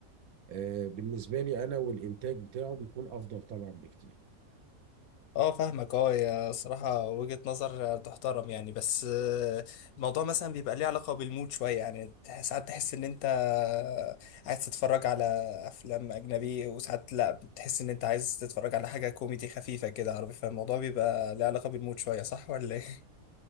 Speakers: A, on the right; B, on the left.
A: إيه، بالنسبه لي انا والانتاج بتاعه بيكون افضل طبعا بكتير
B: اه فاهمك اه يا صراحه وجهه نظر آه، تحترم يعني بس آه، الموضوع مثلا بيبقى ليه علاقه بالمود شويه يعني تح- ساعات تحس ان انت آه، عايز تتفرج على افلام اجنبي وساعات لا بتحس ان انت عايز تتفرج على حاجه كوميدي خفيفه كده عربي فالموضوع بيبقى ليه علاقه بالمود شويه صح ولا ايه